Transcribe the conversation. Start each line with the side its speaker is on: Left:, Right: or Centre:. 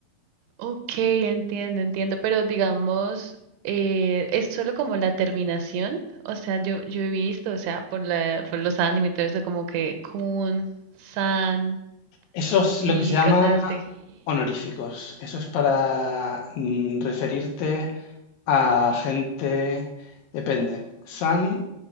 Right: Ok, entiendo, entiendo, pero digamos, eh, es solo como la terminación, o sea, yo, yo he visto, o sea, por la, por los animes y todo eso, como que kun, san.
Left: Eso es
Right: y
Left: lo que se llama
Right: cosas así.
Left: honoríficos. Eso es para mm, referirte A gente, depende. San,